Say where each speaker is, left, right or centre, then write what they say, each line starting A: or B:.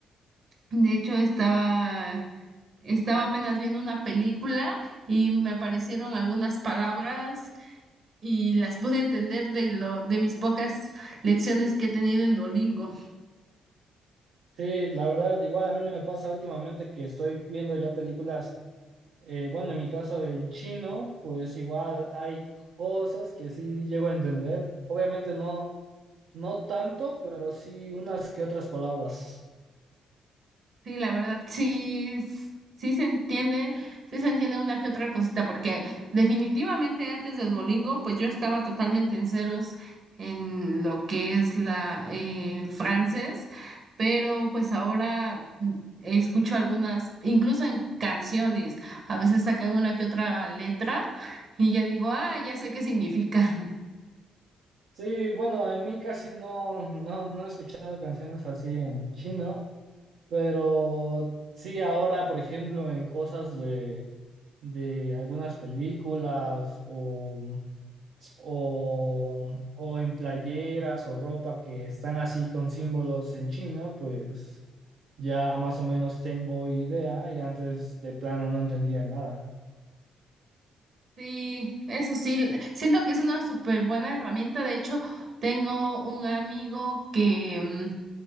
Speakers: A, on the right (about 50°); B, on the right (about 75°).
A: De hecho, estaba, estaba apenas viendo una película y me aparecieron algunas palabras y las pude entender de lo, de mis pocas lecciones que he tenido en Duolingo.
B: Sí, la verdad, igual a mí me pasa últimamente que estoy viendo ya películas, eh, bueno, en mi caso en chino, pues igual hay cosas que sí llego a entender. Obviamente no, no tanto, pero sí unas que otras palabras.
A: Sí, la verdad, sí, s- sí se entiende, sí se entiende una que otra cosita, porque definitivamente antes de Duolingo, pues yo estaba totalmente en ceros en lo que es la eh, el francés, pero pues ahora mm, escucho algunas, incluso en canciones, a veces sacan una que otra letra y ya digo, ah, ya sé qué significa. <laughs>
B: Sí, bueno, en mí casi no, no, no he escuchado canciones así en chino, pero sí ahora, por ejemplo, en cosas de, de algunas películas o o, o en playeras o ropa que están así con símbolos en chino, pues ya más o menos tengo idea y antes de plano no entendía nada.
A: Sí, eso sí, l- siento que es una súper buena herramienta. De hecho, tengo un amigo que mm,